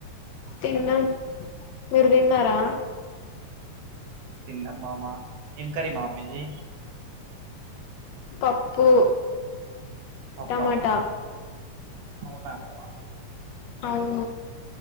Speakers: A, on the left (about 70°); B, on the right (about 60°).
A: తిన్నాం మీరు తిన్నారా
B: తిన్న మామ ఏం కర్రీ మామ మీది
A: పప్పు
B: ప్పమమ
A: టమాటా
B: అవునా మామ
A: అవు